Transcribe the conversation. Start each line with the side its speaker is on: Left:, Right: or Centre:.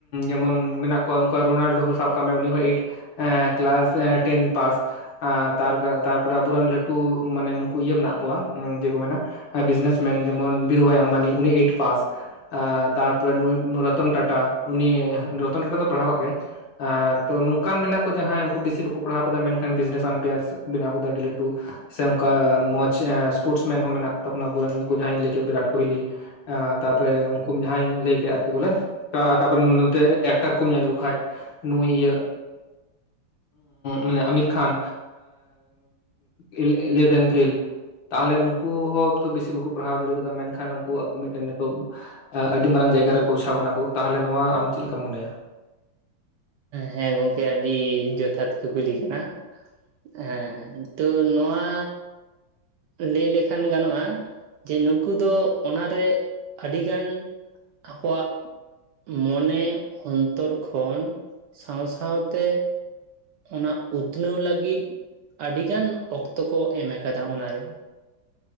Left: ᱡᱮᱢᱚᱱ ᱢᱮᱱᱟᱜ ᱠᱚᱣᱟ ᱩᱱᱠᱟ ᱨᱳᱱᱟᱞᱰᱳ ᱦᱚᱸ ᱥᱟᱵ ᱠᱟᱜ ᱢᱮ ᱩᱱᱤ ᱦᱚᱸ ᱮᱭᱤᱴ ᱮᱸ ᱠᱞᱟᱥ ᱴᱮᱱ ᱯᱟᱥ᱾ ᱮᱸᱛᱟᱨ ᱛᱟᱨᱯᱚᱨᱮ ᱟᱵᱚᱨᱮᱱ ᱞᱟᱹᱴᱩ ᱢᱟᱱᱮ ᱱᱩᱝᱠᱩ ᱤᱭᱟᱹ ᱢᱮᱱᱟᱜ ᱠᱚᱣᱟ, ᱪᱮᱜ ᱠᱚ ᱢᱮᱱᱟ ᱦᱟᱸ ᱵᱤᱡᱽᱱᱮᱥ ᱢᱮᱱ ᱡᱮᱢᱚᱱ ᱵᱤᱨᱩᱵᱟᱭ ᱟᱢᱵᱟᱱᱤ ᱩᱱᱤ ᱮᱭᱤᱴ ᱯᱟᱥ᱾ ᱮᱸᱛᱟᱨᱯᱚᱨᱮ ᱱᱩᱜ-ᱩᱭ ᱨᱚᱛᱚᱱ ᱴᱟᱴᱟ, ᱩᱱᱤ ᱨᱚᱛᱚᱱ ᱴᱟᱴᱟ ᱫᱚ ᱯᱟᱲᱦᱟᱣ ᱠᱟᱜ ᱜᱮᱭᱟᱭ᱾ ᱮᱸ ᱛᱚ ᱱᱚᱝᱠᱟᱱ ᱢᱮᱱᱟᱜ ᱠᱚ ᱡᱟᱦᱟᱸᱭ ᱩᱱᱠᱩ ᱵᱤᱥᱤ ᱵᱟᱠᱚ ᱯᱟᱲᱦᱟᱣ ᱠᱟᱫᱟ ᱢᱮᱱᱠᱷᱟᱱ ᱵᱤᱡᱽᱱᱮᱥ ᱟᱢᱯᱮᱭᱟᱨ ᱵᱮᱱᱟᱜ ᱠᱟᱫᱟ ᱟᱹᱰᱤ ᱞᱟᱹᱴᱩ᱾ ᱥᱮ ᱚᱱᱠᱟ ᱢᱚᱡᱽ ᱥᱯᱳᱨᱴᱥ ᱢᱮᱱ ᱦᱚᱸ ᱢᱮᱱᱟᱜ ᱠᱚᱛᱟᱵᱚᱱᱟ ᱟᱵᱚᱮᱱ ᱱᱩᱝᱠᱩ ᱡᱟᱦᱟᱸᱧ ᱞᱟᱹᱭ ᱠᱮᱜ ᱵᱤᱨᱤᱟᱴ ᱠᱳᱦᱞᱤ᱾ ᱮᱸ ᱛᱟᱯᱚᱨᱮ ᱩᱱᱠᱩ ᱡᱟᱦᱟᱸᱧ ᱞᱟᱹᱭ ᱠᱮᱫ ᱟᱨᱠᱤ ᱵᱚᱞᱮ ᱛᱟ ᱛᱟᱯᱚᱨᱮ ᱱᱚᱛᱮ ᱮᱠᱴᱟᱨ ᱠᱩᱢ ᱧᱮᱞ ᱞᱮᱠᱚ ᱠᱷᱟᱡ ᱱᱩᱭ ᱤᱭᱟᱹ ᱢᱟᱱᱮ ᱟᱢᱤᱨ ᱠᱷᱟᱱ ᱮᱸᱤ ᱤᱞᱮᱵᱷᱮᱱ ᱯᱷᱮᱞ᱾ ᱛᱟᱦᱚᱞᱮ ᱱᱩᱠᱩ ᱦᱚᱸ ᱛᱚ ᱵᱮᱥᱤ ᱵᱟᱹᱠᱩ ᱯᱟᱲᱦᱟᱣ ᱫᱟᱲᱮ ᱠᱟᱣᱫᱟ ᱢᱮᱱᱠᱷᱟᱱ ᱩᱱᱠᱩ ᱟᱠᱚ ᱢᱤᱫᱴᱮᱱ ᱱᱤᱛᱚᱜ ᱟᱹᱰᱤ ᱢᱟᱨᱟᱝ ᱡᱟᱭᱜᱟᱨᱮ ᱯᱳᱣᱪᱷᱟᱣ ᱠᱟᱱᱟ ᱠᱚ, ᱛᱟᱦᱞᱮ ᱱᱚᱣᱟ ᱟᱢ ᱪᱮᱫ ᱞᱮᱠᱟᱢ ᱢᱚᱱᱮᱭᱟ?
Right: ᱦᱮᱸ, ᱜᱚᱝᱠᱮ ᱟᱹᱰᱤ ᱡᱚᱛᱷᱟᱛ ᱠᱩᱠᱞᱤ ᱠᱟᱱᱟ᱾ ᱦᱮᱸ ᱦᱮᱸ, ᱠᱤᱱᱛᱩ ᱱᱚᱣᱟ ᱞᱟᱹᱭ ᱞᱮᱠᱷᱟᱱ ᱜᱟᱱᱚᱜ-ᱟ᱾ ᱡᱮ ᱱᱩᱝᱠᱩ ᱫᱚ ᱚᱱᱟᱨᱮ ᱟᱹᱰᱤᱜᱟᱱ ᱟᱠᱚᱣᱟᱜ᱾ ᱢᱚᱱᱮ ᱚᱱᱛᱚᱨ ᱠᱷᱚᱱ ᱥᱟᱶ ᱥᱟᱶᱛᱮ᱾ ᱚᱱᱟ ᱩᱛᱷᱱᱟᱹᱣ ᱞᱟᱹᱜᱤᱫ ᱟᱰᱤᱜᱟᱱ ᱚᱠᱛᱚ ᱠᱚ ᱮᱢ ᱟᱠᱟᱫᱟ ᱚᱱᱟᱨᱮ᱾